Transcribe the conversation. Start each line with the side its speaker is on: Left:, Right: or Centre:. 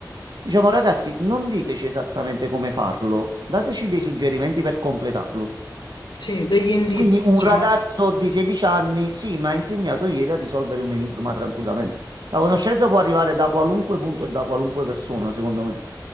Right: Diciamo, ragazzi, non diteci esattamente come farlo, dateci dei suggerimenti per completarlo.
Left: sì, degli indizi,
Right: E quindi un
Left: diciamo.
Right: ragazzo di 16 anni, sì, mi ha insegnato ieri a risolvere un enigma tranquillamente. La conoscenza può arrivare da qualunque punto e da qualunque persona, secondo me.